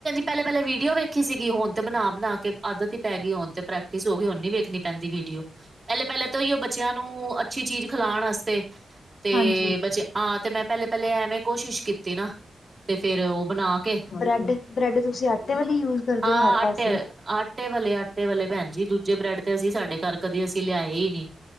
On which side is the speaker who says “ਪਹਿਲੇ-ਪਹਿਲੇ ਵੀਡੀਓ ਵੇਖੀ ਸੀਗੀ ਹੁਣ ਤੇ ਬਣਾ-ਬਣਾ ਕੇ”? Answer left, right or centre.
Right